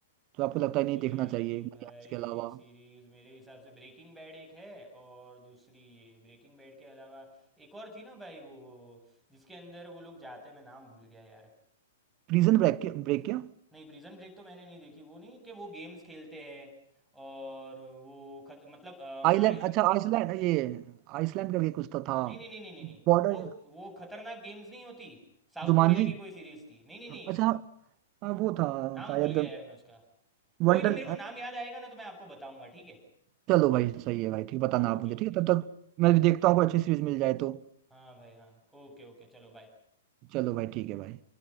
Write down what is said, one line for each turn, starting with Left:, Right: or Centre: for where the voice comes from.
Right: जो आपको लगता
Centre: अभी
Right: है नहीं देखना चाहिए
Centre: भाई
Right: इसके अलावा
Centre: सीरीज मेरे हिसाब से ब्रेकिंग बैड एक है और दूसरी ये ब्रेकिंग बैड के अलावा एक और थी ना भाई वो वो जिसके अंदर वो लोग जाते मैं नाम भूल गया यार
Right: प्रिजन ब्रेक ब्रेक क्या
Centre: नहीं प्रिजन ब्रेक तो मैंने नहीं देखी वो नहीं कि वो गेम्स खेलते हैं और वो खत मतलब अ, मारे
Right: आइलैंड अच्छा आइसलैंड ये आइसलैंड करके कुछ तो था
Centre: नहीं नहीं नहीं नहीं नहीं नहीं
Right: बॉर्डर
Centre: वो वो खतरनाक गेम्स नहीं होती साउथ
Right: जुमानजी
Centre: कोरिया की कोई सीरीज थी नहीं नहीं नहीं
Right: अच्छा हाँ, हाँ, वो था
Centre: नाम
Right: शायद
Centre: भूल गया यार मैं उसका कोई
Right: वंडर
Centre: नहीं मेरे को नाम याद आएगा ना तो मैं आपको बताऊंगा ठीक है
Right: चलो भाई सही है भाई ठीक बताना
Centre: Okay
Right: आप मुझे ठीक
Centre: okay
Right: है
Centre: okay
Right: तब तक मैं भी देखता हूँ कोई अच्छी सीरीज मिल जाए तो
Centre: हाँ भाई हाँ ओके ओके चलो बाय
Right: चलो भाई ठीक है भाई